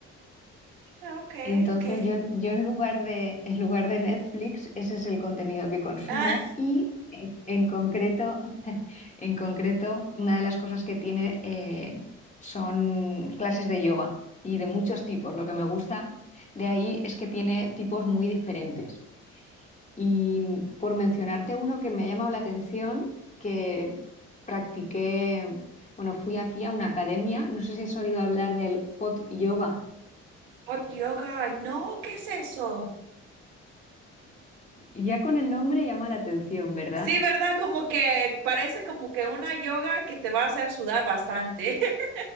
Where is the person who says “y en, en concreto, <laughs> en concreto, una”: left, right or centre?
Left